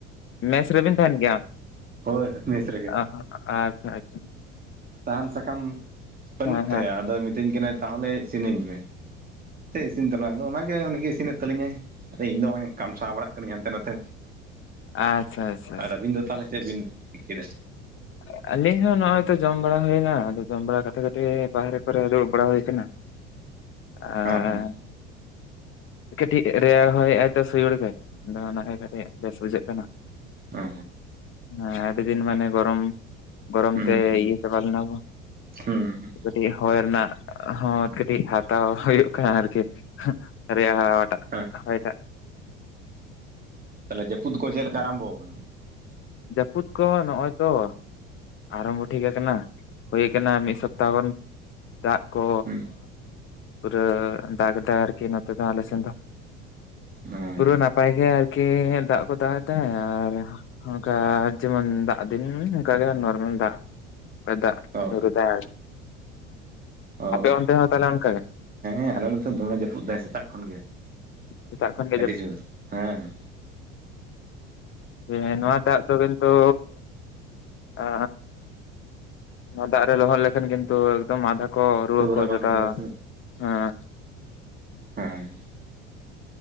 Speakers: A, on the left; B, on the right.
A: ᱢᱮᱥ ᱨᱮᱵᱤᱱ ᱛᱟᱦᱮᱱ ᱜᱮᱭᱟ,
B: ᱦᱳᱭ ᱢᱮᱥ ᱨᱮᱜᱮ
A: ᱚᱜᱼᱦᱚ ᱟᱪᱪᱷᱟ ᱟᱪᱪᱷᱟ ᱾
B: ᱥᱟᱦᱟᱱ ᱥᱟᱠᱟᱢ ᱵᱟᱹᱱᱩᱜ
A: ᱦᱮᱸ ᱦᱮᱸ
B: ᱛᱟᱭᱟ, ᱟᱫᱚᱭ ᱢᱤᱛᱟᱹᱧ ᱠᱟᱱᱟᱭ ᱛᱟᱦᱚᱞᱮ ᱤᱥᱤᱱᱟᱹᱧ ᱢᱮ ᱥᱮ ᱤᱥᱤᱱ ᱛᱟᱞᱟᱝ ᱟᱫᱚ ᱚᱱᱟᱜᱮ ᱩᱱᱤᱜᱮ ᱤᱥᱤᱱᱮᱫ ᱛᱟᱞᱤᱧᱟᱭ ᱾ ᱟᱨ ᱤᱧ ᱫᱚ ᱱᱚᱜᱼᱚᱭ ᱤᱧ ᱠᱟᱢᱥᱟᱣ ᱵᱟᱲᱟᱜ ᱠᱟᱹᱱᱟᱹᱧ ᱦᱟᱱᱛᱮ ᱱᱟᱛᱮ,
A: ᱟᱪᱪᱷᱟ ᱟᱪᱪᱷᱟ
B: ᱟᱨ ᱟᱹᱵᱤᱱ ᱫᱚ ᱛᱟᱦᱚᱞᱮᱼᱼ ᱪᱮᱫ ᱵᱤᱱ ᱪᱤᱠᱟᱹᱭ ᱫᱟ?
A: <inaudible> ᱟᱞᱤᱧ ᱦᱚᱸ ᱱᱚᱜᱼᱚᱭ ᱛᱚ ᱡᱚᱢ ᱵᱟᱲᱟ ᱦᱩᱭᱮᱱᱟ, ᱟᱫᱚ ᱡᱚᱢ ᱵᱟᱲᱟ ᱠᱟᱛᱮ ᱠᱟᱹᱴᱤᱡ ᱵᱟᱦᱨᱮ ᱠᱚᱨᱮ ᱫᱩᱬᱩᱵᱽ ᱵᱟᱲᱟ ᱦᱩᱭ ᱠᱟᱱᱟ ᱾ ᱚᱨᱻ
B: ᱦᱚᱸ
A: ᱠᱟᱹᱴᱤᱡ ᱨᱮᱭᱟᱲ ᱦᱚᱭᱮᱫ ᱟᱭᱛᱚ ᱥᱩᱭᱩᱲ ᱜᱮ ᱟᱫᱚ ᱚᱱᱟᱜᱮ ᱠᱟᱹᱴᱤᱡ ᱵᱮᱥ ᱵᱩᱡᱷᱟᱹᱜ ᱠᱟᱱᱟ ᱾
B: ᱚ
A: ᱦᱮᱸ ᱟᱹᱰᱤ ᱫᱤᱱ ᱢᱟᱱᱮ ᱜᱚᱨᱚᱢ, ᱜᱚᱨᱚᱢ
B: ᱦᱚᱸ
A: ᱛᱮ
B: ᱦᱩᱸ
A: ᱤᱭᱟᱹ ᱪᱟᱵᱟ ᱞᱮᱱᱟ ᱵᱚᱱ ᱾
B: ᱦᱩᱸ ᱦᱩᱸ
A: ᱠᱟᱹᱴᱤᱡ ᱦᱚᱭ ᱨᱮᱱᱟᱜ ᱦᱚᱸ ᱠᱟᱹᱴᱤᱡ ᱦᱟᱛᱟᱣ ᱦᱩᱭᱩᱜ ᱠᱟᱱᱟ ᱟᱨᱠᱤ ᱾ ᱨᱮᱭᱟᱲ ᱦᱟᱣᱟ ᱴᱟᱜ
B: ᱦᱩᱸ
A: ᱦᱚᱭ ᱴᱟᱜ ᱾
B: ᱛᱟᱦᱮᱞᱮ ᱡᱟᱯᱩᱫ ᱠᱚ ᱪᱮᱫ ᱞᱮᱠᱟ ᱟᱨᱟᱢᱵᱚ ᱠᱟᱱᱟ?
A: ᱡᱟᱹᱯᱩᱫ ᱠᱚᱦᱚᱸ ᱱᱚᱜᱼᱚᱭ ᱛᱚ ᱾ ᱟᱨᱢᱵᱚ ᱴᱷᱤᱠ ᱟᱠᱟᱱᱟ, ᱦᱩᱭ ᱠᱟᱱᱟ ᱢᱤᱫ ᱥᱚᱯᱛᱟᱦᱚ ᱠᱷᱚᱱ ᱫᱟᱜ ᱠᱚ
B: ᱦᱩᱸ
A: ᱯᱩᱨᱟᱹ ᱫᱟᱜ ᱜᱮᱫᱟᱭ ᱟᱨᱠᱤ ᱱᱚᱛᱮ ᱫᱚ ᱟᱞᱮ ᱥᱮᱱ ᱫᱚ ᱾
B: ᱦᱚᱸ
A: ᱯᱩᱨᱟᱹ ᱱᱟᱯᱟᱭ ᱜᱮ ᱟᱨᱠᱤ ᱫᱟᱜ ᱠᱚ ᱛᱟᱦᱮᱱ ᱛᱟᱦᱮᱸ ᱟᱨᱼᱼ ᱚᱱᱠᱟ ᱡᱮᱢᱚᱱ ᱫᱟᱜ ᱫᱤᱱ ᱚᱱᱠᱟ ᱜᱮ ᱱᱚᱨ ᱫᱟᱜ ᱦᱚᱭ ᱫᱟᱜ
B: ᱚ
A: ᱱᱩᱨᱩᱫᱟᱭ ᱟᱞᱮᱥᱮᱫᱼᱼ
B: ᱚ
A: ᱟᱯᱮ ᱚᱱᱛᱮ ᱦᱚᱸ ᱛᱟᱦᱚᱞᱮ ᱚᱱᱠᱟ ᱜᱮ?
B: ᱦᱮᱸ ᱟᱞᱮ ᱱᱚᱛᱚ ᱫᱚ ᱫᱚᱢᱮ ᱡᱟᱹᱯᱩᱫ ᱫᱟᱭ ᱥᱮᱛᱟᱜ ᱠᱷᱚᱱ ᱜᱮ,
A: ᱥᱮᱛᱟᱜ ᱠᱷᱚᱱ
B: ᱟᱹᱰᱤ ᱡᱳᱨ ᱦᱮᱸ ᱾
A: ᱦᱮᱸ ᱱᱚᱣᱟ ᱫᱟᱜ ᱫᱚ ᱠᱤᱱᱛᱩᱼᱼ ᱮ ᱱᱚᱣᱟ ᱫᱟᱜ ᱨᱮ ᱞᱚᱦᱚᱫ ᱞᱮᱠᱷᱟᱱ ᱠᱤᱱᱛᱩ ᱮᱠᱫᱚᱢ ᱢᱟᱫᱟᱼᱼ ᱠᱚ ᱨᱩᱣᱟᱹ
B: ᱛᱩᱣᱟᱹᱨᱟ
A: ᱠᱚ
B: ᱵᱟᱝ
A: ᱡᱚᱴᱟᱣᱟ
B: ᱦᱤᱡᱩᱜᱼᱟ ᱥᱮ
A: ᱦᱮᱸ ᱾
B: ᱦᱮᱸ ᱾